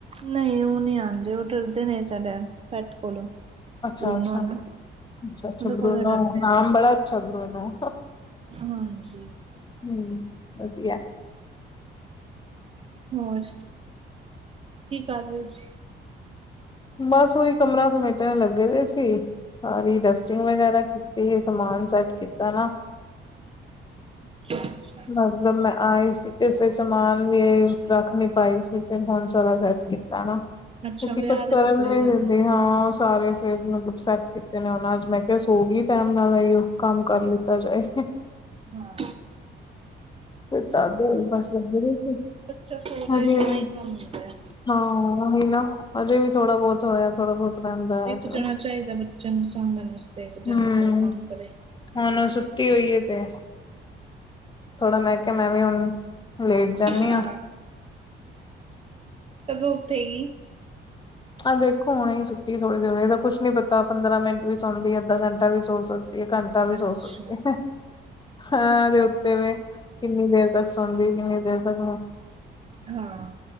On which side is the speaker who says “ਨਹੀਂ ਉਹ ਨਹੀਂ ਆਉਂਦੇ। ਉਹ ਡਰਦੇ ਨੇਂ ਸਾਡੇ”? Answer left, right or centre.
Right